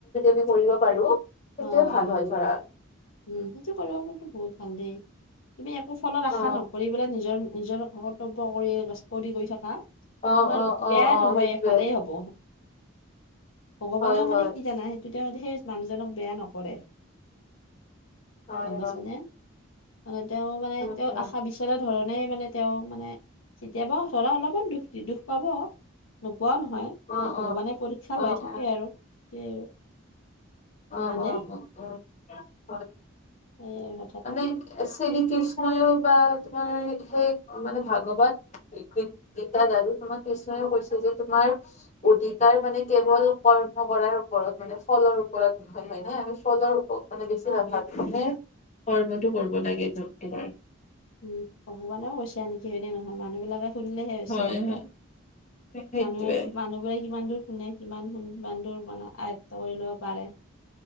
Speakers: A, on the left; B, on the left.
A: আমি কৰিব পাৰো সেইটোয়ে
B: অ
A: ভাল
B: অ
A: হয় ধৰা।
B: উম সেইটো কৰিবতো বহুত ভাল দেই তুমি একো ফলত আশা
A: অ
B: নকৰিব নিজৰ নিজৰ কৰ্তব্য কৰি কৰি কৰি থকা
A: অ
B: তোমাৰ
A: অ অ
B: বেয়া
A: অ
B: নহয়
A: সেইটোৱে
B: ভালেই হ'ব। ভগৱানেও
A: হয়
B: মানে
A: হয়
B: কি জানা সেইটোতে সেই মানুহজনক বেয়া নকৰে
A: হয়
B: গম পাইছানে?
A: হয়
B: মানে তেওঁ মানে
A: উম
B: তেওঁ
A: উম
B: আশা বিশ তেনে ধৰণে মানে তেওঁ মানে কেতিয়াবা ধৰা অলপমান দুখ দি দুখ পাব। নোপোৱাও নহয়
A: অ
B: সে ভগৱানে
A: অ
B: পৰীক্ষা
A: অ অ
B: লৈ থাকে আৰু সেই আৰু
A: অ
B: হয়নে
A: অ অ অ হয়
B: সেয়ে কথা
A: মানে শ্ৰীকৃষ্ণইও বা তোমাৰ সেই মানে ভাগৱত গীতা দাদু তোমাক কৃষ্ণাওকৈছে যে তোমাৰ অধিকাৰ মানে কেৱল কৰ্ম কৰাৰ ওপৰত মানে ফলৰ ওপৰত নহয় হয় ন আমি ফলৰ ওপৰত মানে বেছি অভাৱ মানে কৰ্মটো কৰিব লাগে তোমাৰ
B: উম ভগৱানেও কৈছে নেকি হয়নে নহয় মানুহবিলাকে শুনিলেহে হৈছে
A: হয়
B: এতিয়া
A: হয় সেইটোৱে
B: মানুহে মানুহ বোৰে কিমান দূৰ শুনে কিমান ইমান দূৰ মানে আয়ত্ব কৰি ল'ব পাৰে।